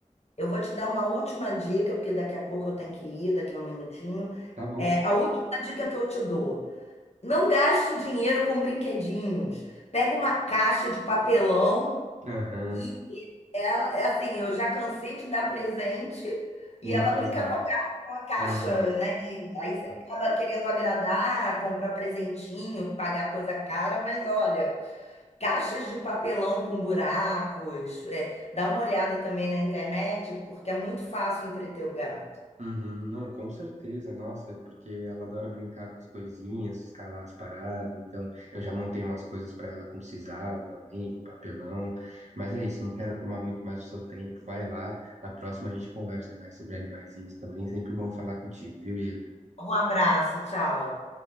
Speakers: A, on the left; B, on the right.
A: Eu vou te dar uma última dica, porque daqui a pouco eu tenho que ir, daqui a um minutinho.
B: Tá bom?
A: É, a última dica que eu te dou: não gaste dinheiro com brinquedinhos. Pega uma caixa de papelão
B: Aham.
A: e ela, é assim, eu já cansei de dar presente e
B: E não
A: ela
B: faz
A: brincar
B: nada.
A: com a caixa, com a caixa,
B: Aham.
A: né? E aí você acaba
B: <laughs>
A: querendo agradar, comprar presentinho, pagar coisa cara, mas olha, caixas de papelão com buracos, é, dá uma olhada também na internet, porque é muito fácil entreter o gato.
B: Uhum, não, com certeza, nossa, porque ela adora brincar com as coisinhas, escalar as paradas, então eu já montei umas coisas pra ela com sisal também, com papelão, mas é isso, não quero tomar muito mais o seu tempo, vai lá, na próxima a gente conversa mais sobre animaizinhos também, sempre bom falar contigo, viu, Ieda?
A: Um abraço, tchau.